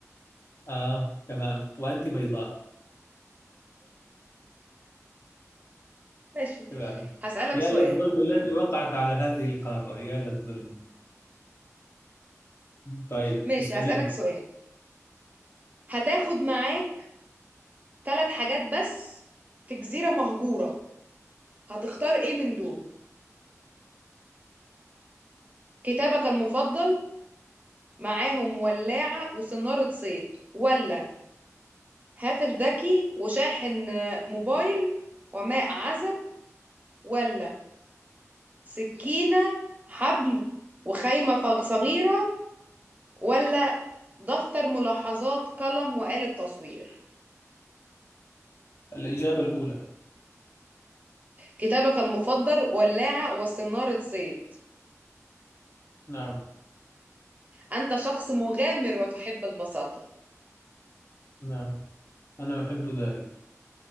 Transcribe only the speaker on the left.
آه تمام وأنت بيضاء
تمام
يا
للظلم التي وقعت على هذه القارة يا للظلم طيب
اسأليني
الإجابة الأولى
نعم
نعم أنا أحب ذلك